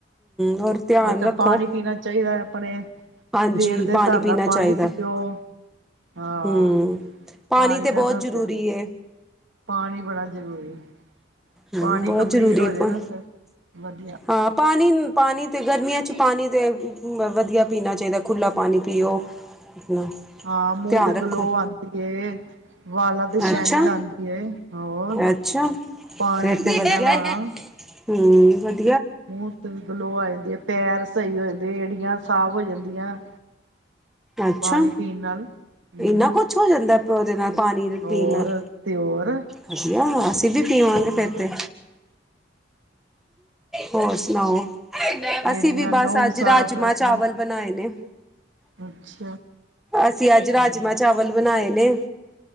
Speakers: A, in the centre; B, on the right.
A: ਹੋਰ ਧਿਆਨ
B: ਅੱਜ ਕੱਲ
A: ਰੱਖੋ।
B: ਪਾਣੀ ਪੀਣਾ ਚਾਹੀਦਾ ਆਪਣੇ ਰੇਟ
A: ਹਾਂਜੀ
B: ਦੇ
A: ਪਾਣੀ
B: ਹਿਸਾਬ ਨਾਲ
A: ਪੀਣਾ
B: ਪਾਣੀ
A: ਚਾਹੀਦਾ
B: ਪੀ ਜਓ। ਹਾਂ
A: ਹਮ
B: ਪਾਣੀ
A: ਤੇ
B: ਦਾ
A: ਬਹੁਤ
B: ਦੱਸਦੇ
A: ਜ਼ਰੂਰੀ ਹੈ
B: ਪਾਣੀ ਬੜਾ ਜਰੂਰੀ
A: ਹਮ
B: ਪਾਣੀ
A: ਬਹੁਤ
B: ਕੰਪਲੀਟ
A: ਜ਼ਰੂਰੀ
B: ਹੋ
A: ਹੈ
B: ਜਾ
A: ਪਾ
B: ਨਾ ਫਿਰ ਵਧੀਆ
A: ਹਾਂ ਪਾਣੀ ਪਾਣੀ ਤਾਂ ਗਰਮੀਆਂ 'ਚ ਪਾਣੀ ਤਾਂ ਵਧੀਆ ਪੀਣਾ ਚਾਹੀਦਾ ਖੁੱਲ੍ਹਾ ਪਾਣੀ ਪੀਓ। ਆਪਣਾ
B: ਹਾਂ ਮੂੰਹ
A: ਧਿਆਨ
B: ਤੇ
A: ਰੱਖੋ
B: ਗਲੋ ਆਉਂਦੀ ਵਾਲਾਂ ਤੇ ਸ਼ੈਨਿੰਗ
A: ਅੱਛਾ
B: ਆਉਂਦੀ ਏ ਹੋਰ
A: -ਅੱਛਾ
B: ਪਾਣੀ
A: ਫਿਰ
B: ਪੀਣ
A: ਤੇ ਵਧੀਆ
B: ਨਾਲ ਹਾਂ
A: ਹੂੰ ਵਧੀ
B: ਮੂੰਹ ਤੇ ਗਲੋ ਆ ਜਾਂਦੇ ਪੈਰ ਸਹੀ ਹੋ ਜਾਂਦੇ ਏੜੀਆਂ ਸਾਫ਼ ਹੋ ਜਾਂਦੀਆਂ।
A: ਅੱਛਾ
B: ਪਾਣੀ ਪੀਣ ਨਾਲ ਹਮ
A: ਇੰਨਾ ਕੁਛ ਹੋ ਜਾਂਦਾ, ਉਹਦੇ ਨਾਲ ਪਾਣੀ
B: ਹੋਰ
A: ਪੀਣ ਨਾਲ
B: ਤੇ ਹੋਰ
A: ਵਧੀਆ। ਅਸੀਂ ਵੀ ਪੀਵਾਂਗੇ
B: ਹਾਂ
A: ਫਿਰ ਤੇ, ਹੋਰ ਸੁਣਾਓ? ਅਸੀਂ
B: ਏੜੀਆਂ
A: ਵੀ
B: ਨਹੁੰ
A: ਬਸ ਅੱਜ
B: ਸਾਫ਼
A: ਰਾਜਮਾਂ
B: ਨਹੁੰ
A: ਚਾਵਲ ਬਣਾਏ ਨੇ,
B: ਅੱਛਾ
A: ਅਸੀਂ ਅੱਜ
B: ਹਮ
A: ਰਾਜਮਾਂ ਚਾਵਲ ਬਣਾਏ ਨੇ,